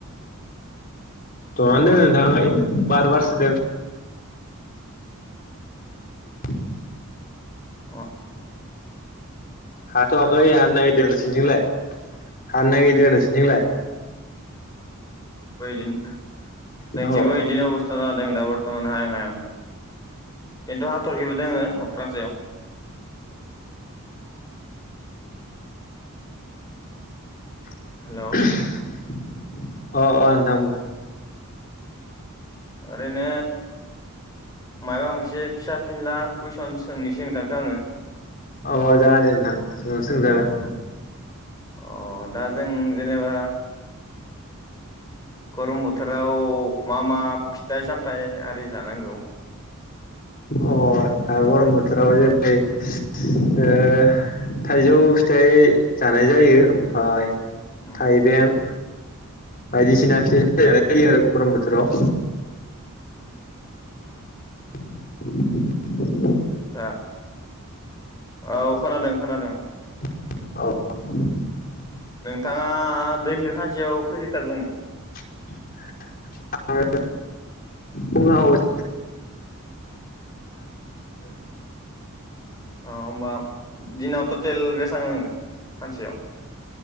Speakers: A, on the left; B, on the left.
A: जनानै
B: अ
A: दोङो नोंथां ओइ बार बारसो <unintelligible>
B: अ
A: हाथआखै हानो नागि दों नोंसोरनिथिंलाय हानो नागिरदों नोंसोरनिथिंलाय?
B: <unintelligible> जोंथिंबो
A: अ
B: इदिनो अबस्था जादों दा बर्थमान हायहां हायहां खिन्थु हा हाथरखिबो दोङो अख्रां सायाव अ
A: <unintelligible>
B: हेलौ
A: अ अ नोंथां बुं
B: ओरैनो मायबा मोनसे फिसा फिनला कुइसन सोंनिसै नोंथांखो आङो
A: अ जागोन दे नोंथां सोंजागोन।
B: अ दा जों जेनेबा गरम बोथोराव मा मा फिथाइ सामथाय आरि जानांगौ?
A: अ दा गरम बोथोराव जेरै ओ थाइजौ फिथाइ जानाय जायो ओमफाय
B: उम
A: थाइबें बायदिसि फिथाइ <inaudible> गरम बोथोराव।
B: <inaudible>
A: <inaudible>
B: दा औ खोनादों खोनादों।
A: <inaudible>
B: नोंथाङा दैखो खानसेयाव खोय लिटार लोङो?
A: <inaudible> फुङाव <inaudible>
B: ओ होमबा दिनाव टटेल बेसेबां लोङो सानसेयाव?